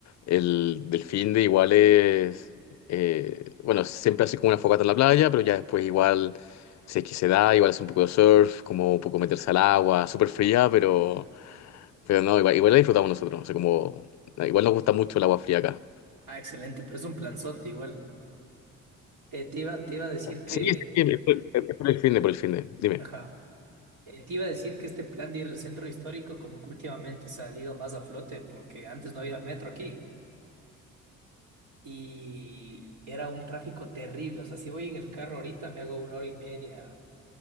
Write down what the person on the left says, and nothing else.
el del fin de igual es, eh, bueno, siempre así como una fogata en la playa, pero ya después igual, si es que se da, igual hace un poco de surf, como un poco meterse al agua, súper fría, pero... Pero no, igual, igual la disfrutamos nosotros. O sea, como, igual nos gusta mucho el agua fría acá.
Sí, sí, sí, por por- por el fin de, por el fin de. Dime.